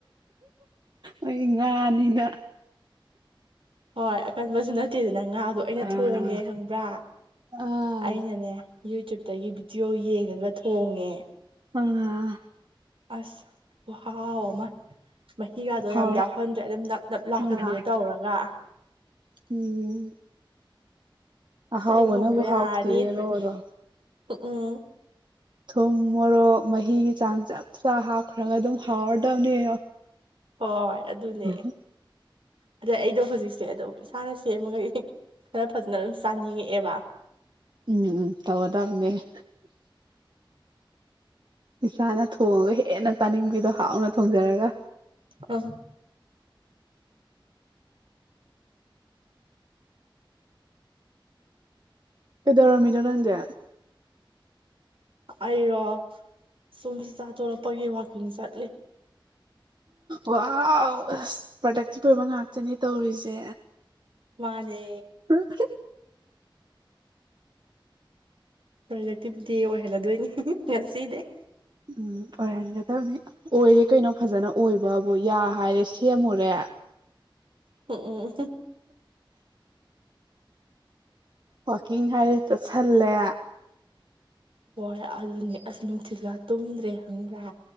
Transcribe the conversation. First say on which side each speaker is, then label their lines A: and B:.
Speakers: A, on the right (about 60°); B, on the right (about 85°).
A: ꯑꯩ ꯉꯥꯅꯤꯅ
B: ꯍꯣꯏ ꯑꯀꯟꯕꯁꯨ ꯅꯠꯇꯦꯗꯅ ꯉꯥꯗꯣ ꯑꯩꯅ
A: ꯑꯥ
B: ꯊꯣꯡꯒꯦ ꯈꯪꯕ꯭ꯔꯥ
A: ꯑꯥ
B: ꯑꯩꯅꯅꯦ ꯌꯨꯇ꯭ꯨꯕꯇꯒꯤ ꯚꯤꯗꯤꯑꯣ ꯌꯦꯡꯉꯒ ꯊꯣꯡꯉꯦ
A: ꯎꯝ
B: ꯑꯁ ꯍꯥꯎꯃ ꯃꯍꯤꯒꯗꯣ
A: ꯍꯥꯎ
B: ꯌꯥꯝ ꯌꯥꯎꯍꯟꯗ꯭ꯔꯦ ꯑꯗꯨꯝ ꯅꯞ ꯅꯞ
A: ꯑꯥ
B: ꯂꯥꯎꯍꯟꯕꯤꯌꯣ ꯇꯧꯔꯒ
A: ꯎꯝ
B: ꯉꯁꯥꯏ
A: ꯑꯍꯥꯎꯕꯅꯕꯨ
B: ꯂꯨꯍꯣꯡꯕ ꯌꯥꯔꯅꯤ
A: ꯍꯥꯎꯇꯦꯌꯦ ꯔꯣ ꯔꯣ
B: ꯎ ꯎꯝ
A: ꯊꯨꯝ ꯃꯣꯔꯣꯛ ꯃꯍꯤꯒꯤ ꯆꯥꯡ ꯆꯞ ꯆꯥ ꯍꯥꯞꯈ꯭ꯔꯒ ꯑꯗꯨꯝ ꯍꯥꯎꯔꯗꯕꯅꯦ
B: ꯍꯣꯏ ꯑꯗꯨꯅꯦ
A: ꯎꯝ
B: ꯑꯗ ꯑꯩꯗꯣ ꯍꯧꯖꯤꯛꯁꯦ ꯑꯗꯨꯝ ꯏꯁꯥꯅ ꯁꯦꯝꯃꯒ ꯈꯔ ꯐꯖꯅ ꯑꯗꯨꯝ ꯆꯥꯅꯤꯡꯉꯛꯑꯦꯕ
A: ꯎꯝ ꯎꯝ ꯇꯧꯗꯕꯅꯦ ꯏꯁꯥꯅ ꯊꯣꯡꯉꯒ ꯍꯦꯟꯅ ꯆꯥꯅꯤꯡꯕꯤꯗꯣ ꯍꯥꯎꯅ ꯊꯣꯡꯖꯔꯒ
B: ꯑꯝ
A: ꯑꯦꯗꯔꯥ ꯃꯤꯠꯔ ꯅꯪꯗꯦ
B: ꯑꯩꯔꯣ ꯁꯨꯝꯁ ꯆꯥ ꯇꯣꯔꯛꯄꯒꯤ ꯋꯥꯛꯀꯤꯡ ꯆꯠꯂꯤ
A: ꯋꯥ ꯑꯁ ꯄ꯭ꯔꯗꯛꯇꯤꯐ ꯄꯨꯑꯣꯏꯕ ꯉꯥꯛꯇꯅꯤ ꯇꯧꯔꯤꯁꯦ
B: ꯃꯥꯅꯦ
A: ꯍ
B: ꯄ꯭ꯔꯗꯛꯇꯤꯞ ꯗꯦ ꯑꯣꯏꯍꯜꯂꯗꯣꯏꯅꯤ ꯉꯁꯤꯗꯤꯩ
A: ꯎꯝ ꯑꯣꯏꯔꯒꯗꯧꯅꯤ ꯑꯣꯏꯔꯦ ꯀꯩꯅꯣ ꯐꯖꯅ ꯑꯣꯏꯕꯕꯨ ꯌꯥ ꯍꯥꯏꯔꯦ ꯁꯦꯝꯃꯨꯔꯦ
B: ꯎꯝ ꯎ
A: ꯋꯥꯋꯥꯛꯀꯤꯡ ꯍꯥꯏꯔ ꯆꯠꯁꯜꯂꯦ
B: ꯍꯣꯏ ꯑꯗꯨꯅꯦ ꯑꯁ ꯅꯨꯡꯁꯤꯠꯒ ꯇꯨꯝꯗ꯭ꯔꯦ ꯍꯪꯕ꯭ꯔꯦ